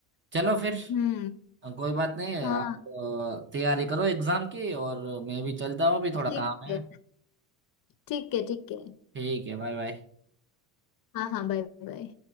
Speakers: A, on the right; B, on the left.
A: चलो फिर
B: हम्म
A: कोई बात नहीं है,
B: हाँ
A: आप अ, तैयारी करो एग्जाम की और मैं भी चलता हूँ अभी थोड़ा
B: ठीक
A: काम है
B: है ठीक है ठीक है
A: ठीक है बाय बाय
B: हाँ हाँ बाय बाय